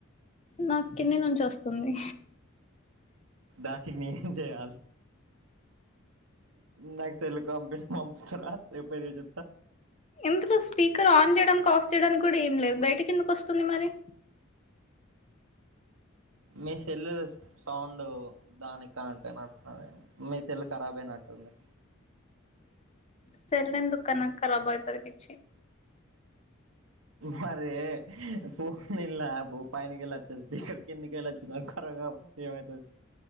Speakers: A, on the left; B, on the right.
A: నాకు కింది నుంచి వస్తుంది
B: దాకి నేనేం చేయాలి నాకు సెల్లు కంపెనీ పంపుతార సపరియా చెప్తా
A: ఇందులో స్పీకర్ ఆన్ చేయడానికి ఆఫ్ చేయడానికి కూడా ఏం లేదు బయటకి ఎందుకు వస్తుంది మరి
B: మీ సెల్లు సౌండ్ దానికి కనెక్ట్ అయినట్టు ఉన్నది మీ సెల్ కరాబ్ అయినట్టుంది
A: సెల్ ఎందుకు కన కరాబ్ అయితది పిచ్చి
B: మరి పూ ల్యాబ్ పైనకెళ్ళి వచ్చది కిందకెల్లి వచ్చింది కరాబ్ కాకపోతే ఏమైతది